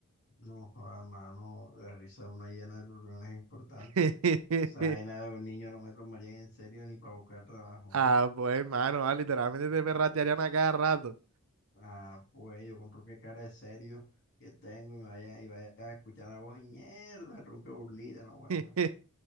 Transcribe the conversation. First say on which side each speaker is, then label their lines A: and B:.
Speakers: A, on the left; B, on the right.
A: No, joda, mano, la risa una llena de reuniones importantes.
B: <laughs>
A: Esa vaina de un niño no me tomaría en serio ni para buscar trabajo,
B: Ah,
A: mano.
B: pues, mano, ah, literalmente te perratearían a cada rato.
A: Ah, pues yo con qué cara de serio que tengo y me vaya, y vaya a escuchar la voz y mierda, tronco de burlita, no aguanta.
B: <laughs>